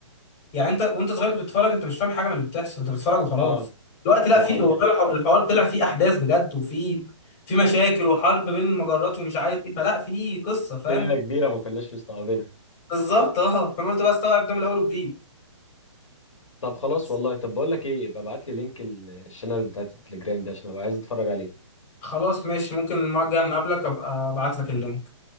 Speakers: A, on the left (about 30°); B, on the left (about 75°).
A: يعني انت وانت صغير كنت بتتفرج انت مش فاهم حاجه من اللي بتحصل انت بتتفرج وخلاص
B: اه
A: دلوقتي لا
B: دي حقيقه
A: في والله الح- الحوار طلع فيه احداث بجد وفي في مشاكل وحرب بين المجرات ومش عارف ايه فلا في قصه فاهم
B: في ليله كبيره ما كناش مستوعبينها
A: بالظبط اه فانا قلت بقى استوعب ده من الاول وجديد
B: طب خلاص
A: بس
B: والله طب بقول لك ايه ابقى ابعت لي لينك ال- الشانل بتاعت التليجرام دي عشان ابقى عايز اتفرج عليه
A: خلاص ماشي ممكن المره الجايه لما اقابلك ابقى ابعت لك اللينك